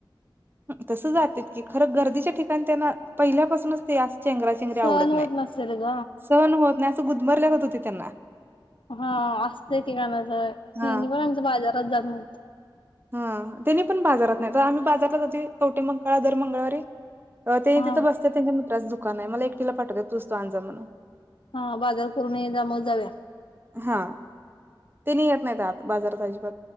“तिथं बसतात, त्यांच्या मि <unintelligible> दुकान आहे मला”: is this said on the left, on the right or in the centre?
Right